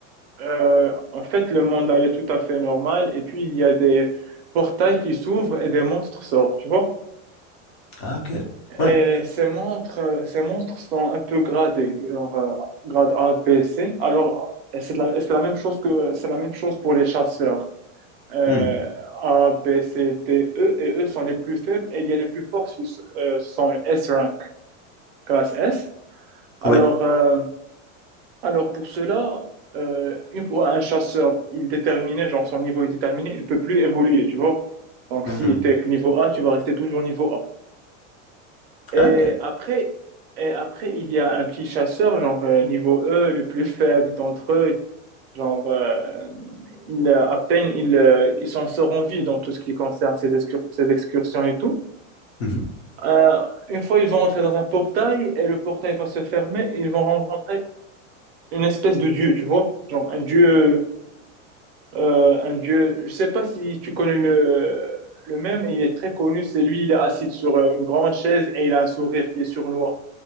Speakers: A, on the right; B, on the left.
A: euh, en fait, le monde allait tout à fait normal, et puis il y a des portails qui s'ouvrent et des monstres sortent, tu vois?
B: Ah, ok. Ouais.
A: Et ces montres, ces montres sont un peu gradées, genre, euh, grade A, B, C. Alors, c'est la, c'est la même chose que, c'est la même chose pour les chasseurs. Euh,
B: Hmm.
A: A, B, C, D, E, et eux sont les plus faibles, et il y a les plus forts, ce euh, ce sont les S rank, classe S. Alors,
B: Oui.
A: euh, alors pour cela, euh, une fois un chasseur, il est déterminé, genre son niveau est déterminé, il peut plus évoluer, tu vois. Donc,
B: Mhm.
A: si tu es niveau A, tu vas rester toujours niveau A. Et
B: Ah, ok.
A: après, et après, il y a un petit chasseur, genre euh, niveau E, le plus faible d'entre eux. Genre, euh, il, euh, à peine il, euh, ils s'en sortent en vie dans tout ce qui concerne ces, excur- ces excursions et tout.
B: Mhm.
A: Euh, une fois, ils vont entrer dans un portail et le portail va se fermer et ils vont rencontrer une espèce de dieu, tu vois? Genre un dieu, euh, un dieu. Je sais pas si tu connais le, le même, il est très connu. C'est lui, il est assis sur euh, une grande chaise et il a un sourire qui est sournois.